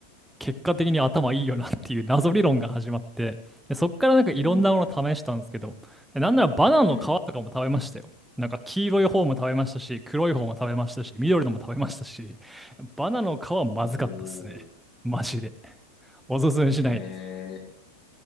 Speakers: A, in the centre; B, on the left.
A: 結果的に頭いいよなっていう謎理論が始まって、で、そっからなんかいろんなもの試したんですけど、
B: うんうん
A: で、なんならバナナの皮とかも食べましたよ。
B: うん。うん。
A: なんか黄色い方も食べましたし、黒い方も食べましたし、緑のも食べましたし、バナナの皮はまずかったっすね。
B: おー。
A: マジで。おすすめしないです。
B: へえ。